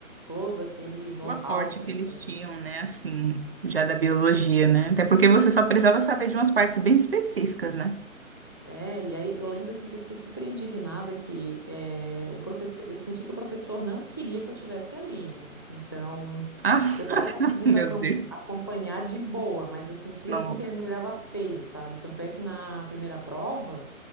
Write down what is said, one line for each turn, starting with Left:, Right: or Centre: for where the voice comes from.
Left: todo aquele know-how
Right: O aporte
Left: para
Right: que
Left: fazer.
Right: eles tinham, né? Assim, já da biologia, né? Até porque você só precisava saber de umas partes bem específicas, né?
Left: É, e aí eu lembro assim que eu fiquei super indignada que eh, o professor, eu senti que o professor não queria que eu tivesse ali, né? Então
Right: Ah,
Left: Eu estava
Right: <laughs>
Left: conseguindo
Right: meu
Left: acom-
Right: Deus.
Left: acompanhar de boa, mas eu sentia
Right: Não.
Left: assim que ele me olhava feio, sabe? Tanto é que na primeira prova,